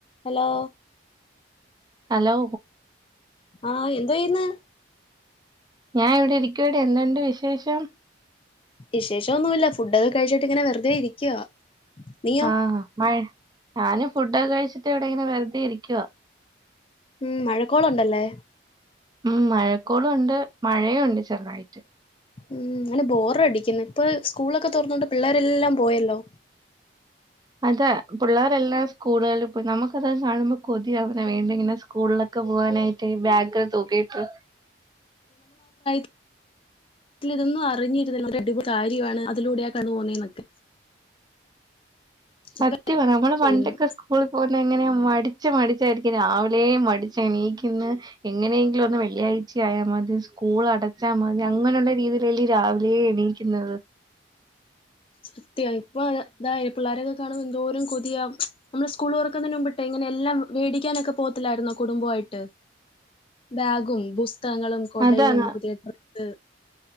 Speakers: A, on the left; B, on the right.
A: Hello
B: hello
A: ആഹ് എന്തു ചെയ്യുന്ന്
B: ഞാൻ ഇവിടെ ഇരിക്കുവടെ എന്തുണ്ട് വിശേഷം
A: വിശേഷം ഒന്നുമില്ല ഫുഡൊക്കെ കഴിച്ചിട്ട് ഇങ്ങനെ വെറുതെ ഇരിക്കുവാ നീയോ
B: ആഹ് മഴ ഞാനും ഫുഡൊക്കെ കഴിച്ചിട്ട് ഇവിടെ ഇങ്ങനെ വെറുതെ ഇരിക്കുവാ
A: ഉം മഴക്കോളുണ്ടല്ലേ
B: ഉം മഴക്കോള് ഉണ്ട് മഴയും ഉണ്ട് ചെറുതായിട്ട്
A: ഉം എന്നാലും ബോറ് അടിക്കുന്ന് ഇപ്പം സ്കൂളൊക്കെ തൊറന്നോണ്ട് പിള്ളേരെല്ലാം പോയല്ലോ
B: <inaudible> അതെ പിള്ളേരെല്ലാം സ്കൂളുകളിൽ പോയി നമുക്കത് കാണുമ്പം കൊതിയാവണ് വീണ്ടും ഇങ്ങനെ സ്കൂളിലൊക്കെ ക്കെ പോവാനായിട്ട് ബാഗ് ഒക്കെ തൂക്കീട്ട്
A: വീട്ടില് ഇതൊന്നും അറിഞ്ഞിരുന്ന <unintelligible> കാര്യമാണ് അതിലൂടെയാണ് കടന്നു പോകുന്നെ എന്നൊക്കെ
B: സത്യമാണ്
A: ഇപ്പ
B: നമ്മള് പണ്ടൊക്കെ
A: ചെയ്യുന്നു
B: സ്കൂളി പോ ഇങ്ങനെ മടിച്ച് മടിച്ചായിരിക്കും രാവിലെ മടിച്ച് എണീക്കുന്നെ എങ്ങനെയെങ്കിലും ഒന്ന് വെള്ളിയാഴ്ച ച്ച ആയാ മതി സ്കൂൾ അടച്ചാൽ മതി അങ്ങനെയുള്ള രീതിയിലല്ലേ രാവിലേ എണീക്കുന്നത് <inaudible>
A: സത്യവാ ഇപ്പൊ ഇതായെ പിള്ളാരെയൊക്കെ കാണുമ്പം എന്തോരം കൊതിയാ നമ്മള് സ്കൂള് തുറക്കുന്നേന് മുമ്പട്ടേ ഇങ്ങനെ എ എല്ലാം മേടിക്കാനൊക്കെ പോത്തില്ലായിരുന്നോ കുടുംബമായിട്ട് ബാഗും ബുസ് പുസ്തകങ്ങളും കൊടയും
B: അതാണ്
A: പുതിയ ഡ്രസ്സ്‌